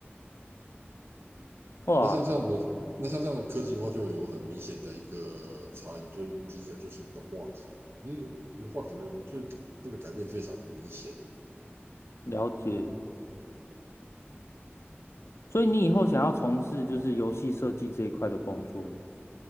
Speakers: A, on the left (about 80°); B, on the right (about 65°).
A: 哇，
B: 那像这样子，那像这样的科技的话，就有很明显的一个差异，就是第一个就是你的画质，因为你的画质就真的改变非常明显。
A: 了解。所以你以后想要从事就是游戏设计这一块的工作吗